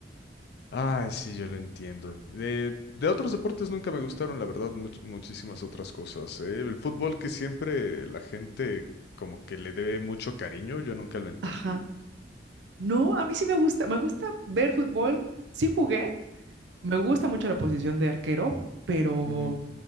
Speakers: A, on the left; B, on the right.
A: Ay, sí, yo lo entiendo. De, de otros deportes nunca me gustaron, la verdad, much- muchísimas otras cosas. ¿eh? El fútbol que siempre la gente como que le debe mucho cariño, yo nunca lo entendí.
B: Ajá. No, a mí sí me gusta. Me gusta ver fútbol. Sí jugué. Me gusta mucho la posición de arquero, pero
A: Ujú.